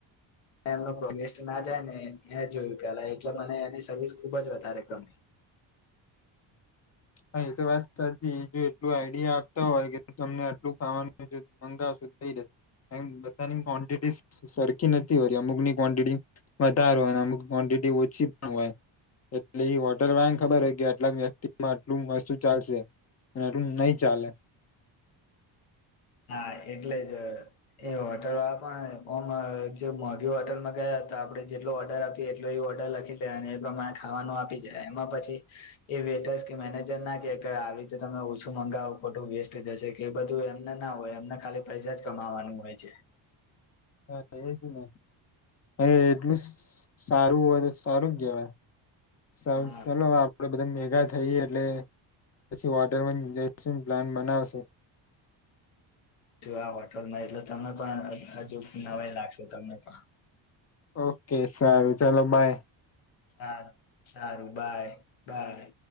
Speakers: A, on the left; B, on the left.
A: એમનો <inaudible> ના જાય ને એ જોયું પેલા એટલે મને એની સર્વિસ ખુબ જ વધારે ગમી.
B: <inaudible> એ તો વાત સાચી એટલું આઈ ડિ યા આપતા હોય કે તમને આટલું ખાવાનું મંગાવશું થઈ જશે. એમ બધાની ક્વોન્ટિટી સરખી નથી હોય અમુક ની ક્વોન્ટિટી વધારેય અને અમુક ક્વ ઓછી પણ હોય એટલે એ વોટર વાન ખબર હોય કે આટલા વ્યક્તિ <inaudible> એટલું વસ્તુ ચાલશે અને આટલું નઈ ચાલે.
A: હા એટલે જ એ હોટેલ <unintelligible> જે મોઘી હોટલમાં ગયા. તા આપણે જેટલો ઓર્ડર આપએ એટલો એ ઓર્ડર લખી લે અને એ પ્રમાણે ખાવાનો આપી જાય એમાં પછી એ <unintelligible> મેનેજર ના કે <unintelligible> તમે ઓછું મંગાવો ખોટું વેસ્ટ જશે કે બધું એમ એમના ના હોય એમને ખાલી પૈસા જ કમાવાનું હોય છે.
B: હા એજ ને. હ એટલું સારું હોય તો સારું કેવાય <inaudible>
A: હા
B: આપડે બધા મેગા થઈ એટલે પછી વોટર <inaudible> જશું પ્લાન બનાવશું. <inaudible>
A: જો આ હોટલમાં એટલે તમે પણ હજુ નવાઈ લાગશે તમને પણ
B: ઓ કે સારું ચાલો બાય
A: સારું સારું બાય બાય